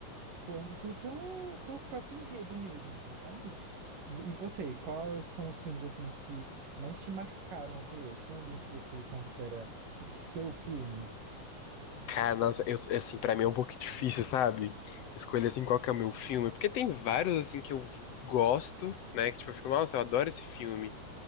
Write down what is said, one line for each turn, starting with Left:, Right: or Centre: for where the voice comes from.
Right: quanto pelo, pelo próprio enredo mesmo, assim, sabe? E você, quais são os filmes, assim, que mais te marcaram até hoje? Tem algum que você considera o seu filme?
Left: Cara, nossa, eu, assim, pra mim é um pouco difícil, sabe? Escolher, assim, qual que é o meu filme. Porque tem vários, assim, que eu gosto, né? Que, tipo, eu fico, nossa, eu adoro esse filme.